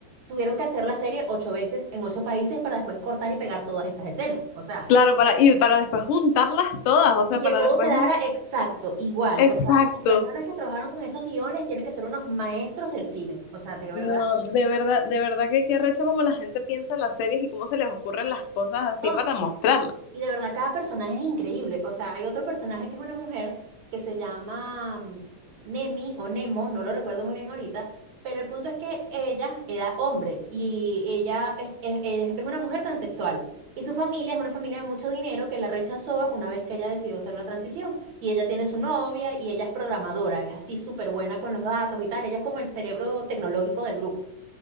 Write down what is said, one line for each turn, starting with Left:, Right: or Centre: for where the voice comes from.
Right: tuvieron que hacer la serie ocho veces en ocho países para después cortar y pegar todas esas escenas. O sea,
Left: claro, para, y para después juntarlas todas, o sea,
Right: y que
Left: para
Right: todo
Left: después...
Right: quedara exacto, igual.
Left: Exacto.
Right: O sea, las personas que trabajaron con esos guiones tienen que ser unos maestros del cine. O sea, de verdad.
Left: No, de verdad, de verdad que qué arrecho como la gente piensa las series y cómo se les ocurren las cosas así
Right: No,
Left: para mostrarlas.
Right: Y de verdad, cada personaje es increíble. O sea, hay otro personaje que es una mujer que se llama mm, Nemi o Nemo, no lo recuerdo muy bien ahorita, pero el punto es que ella era hombre y ella es, es- es- es una mujer transexual. Y su familia es una familia de mucho dinero que la rechazó una vez que ella decidió hacer la transición. Y ella tiene su novia y ella es programadora, es así súper buena con los datos y tal. Ella es como el cerebro tecnológico del grupo.